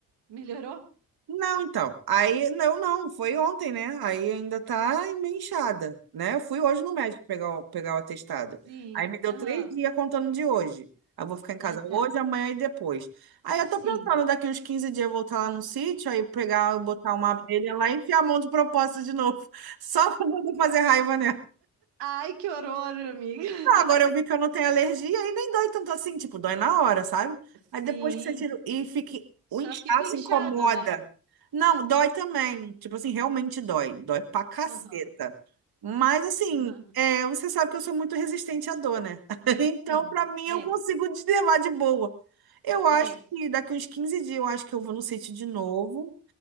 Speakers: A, on the right; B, on the right.
A: Melhorou?
B: Não, então. Aí, não, não, foi ontem, né? Aí ainda tá meio inchada, né? Eu fui hoje no médico pegar o, pegar o atestado.
A: Sim,
B: Aí me deu
A: aham.
B: três dias contando de hoje. Aí eu vou ficar em casa
A: Ah, tá.
B: hoje, amanhã e depois. Aí eu
A: Sim,
B: tô pensando, daqui uns 15 dias eu voltar lá no sítio, aí pegar, botar uma abelha lá e enfiar a mão de propósito de novo. <laughs> Só pra poder fazer raiva
A: Ai, que horror, amiga.
B: não, agora eu vi que eu não tenho alergia e nem dói tanto assim, tipo, dói na hora, sabe?
A: <laughs> sim.
B: Aí depois que você tira e fica
A: Só
B: o inchaço
A: fica inchado,
B: incomoda.
A: né?
B: Não, dói também. Tipo assim, realmente dói. Dói pra caceta.
A: Aham,
B: Mas assim,
A: <laughs> aham.
B: é, você sabe que eu sou muito resistente à dor, né? <laughs> Então,
A: Sim,
B: pra mim,
A: é,
B: eu consigo levar de boa. Eu
A: é.
B: acho que daqui uns 15 dias eu acho que eu vou no sítio de novo